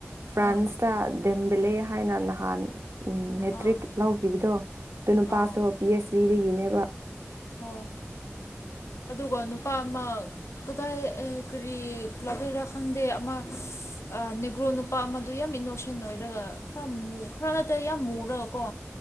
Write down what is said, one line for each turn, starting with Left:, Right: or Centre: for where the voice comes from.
Right: ꯐ꯭ꯔꯥꯟꯁꯇ
Left: ꯑꯥ
Right: ꯗꯤꯝꯕꯤꯂꯦ ꯍꯥꯏꯅ ꯅꯍꯥꯟ ꯎꯝ ꯃꯦꯇ꯭ꯔꯤꯛ
Left: ꯑꯥ
Right: ꯂꯧꯈꯤꯕꯗꯣ ꯑꯗꯨ ꯅꯨꯄꯥꯁꯨ
Left: ꯑꯧ
Right: ꯄꯤ ꯑꯩꯆ ꯗꯤꯗꯒꯤꯅꯦꯕ
Left: ꯑꯣ ꯑꯗꯨꯒ ꯅꯨꯄꯥ ꯑꯃ ꯀꯗꯥꯏ ꯀꯔꯤ ꯂꯥꯛꯩꯔꯥ ꯈꯪꯗꯦ ꯑꯃ ꯅꯦꯒ꯭ꯔꯣ ꯅꯨꯄꯥ ꯑꯃꯗꯨ ꯌꯥꯝ ꯏꯅꯣꯁꯦꯟ ꯑꯣꯏꯔꯒ ꯈꯔ ꯈꯔ ꯅꯠꯇ꯭ꯔꯦ ꯌꯥꯝ ꯃꯨꯨꯔꯒ ꯀꯣ